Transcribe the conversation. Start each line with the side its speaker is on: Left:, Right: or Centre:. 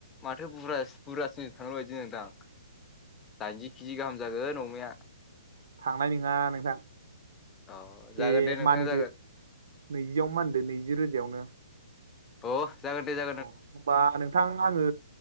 Left: माथोु बुरजासिनसो बुर्जा सिन थांबाय बायदि नोंथां दाइनजि केजि गाहाम जागोन अमाया
Right: थांनाय नङा नोंथां
Left: अ जागोन
Right: दे
Left: नोंथां
Right: मानिदो
Left: जागोन
Right: नैजियाव मानिदो नैजि रोजायावनो
Left: अ जागोन दे जा
Right: अ होनोमबा नोंथां आङो